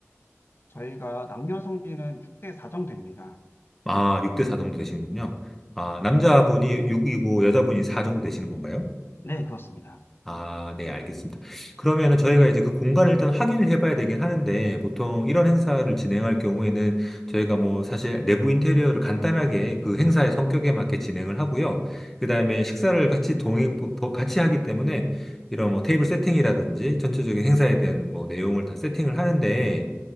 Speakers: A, on the left; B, in the centre.
A: 저희가 남녀 성비는 6대 4 정도입니다.
B: 아, 6대 4 정도 되시는군요. 아, 남자분이 6이고 여자분이 4 정도 되시는 건가요?
A: 네, 그렇습니다.
B: 아, 네, 알겠습니다. 그러면은 저희가 이제 그 공간을 일단 확인을 해봐야 되긴 하는데, 보통 이런 행사를 진행할 경우에는 저희가 뭐 사실 내부 인테리어를 간단하게 그 행사의 성격에 맞게 진행을 하고요. 그 다음에 식사를 같이 동행, 보- 보- 같이 하기 때문에 이런 뭐 테이블 세팅이라든지 전체적인 행사에 대한 뭐 내용을 다 세팅을 하는데,